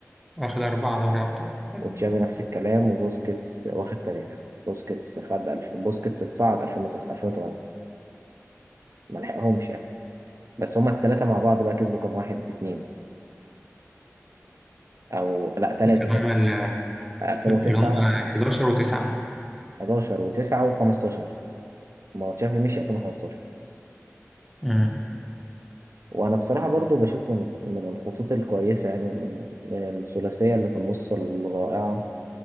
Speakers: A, in the centre; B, on the right (about 70°).
A: واخد أربعة دوري أبطال حلو.
B: وتشافي نفس الكلام وبوسكيتس واخد ثلاثة بوسكيتس خد الف بوسكيتس اتصعد 2009 2008 ما لحقهمش يعني بس هما الثلاثة مع بعض بقى كسبوا كام واحد اتنين أو لا ثلاثة
A: اللي
B: كده
A: هم ال-
B: 2009
A: اللي هم 11 وتسعة
B: 11 و9 و15 ما هو تشافي مشي 2015
A: امم
B: وأنا بصراحة برضو بشوف من من الخطوط الكويسة يعني من, من الثلاثية اللي في النص الرائعة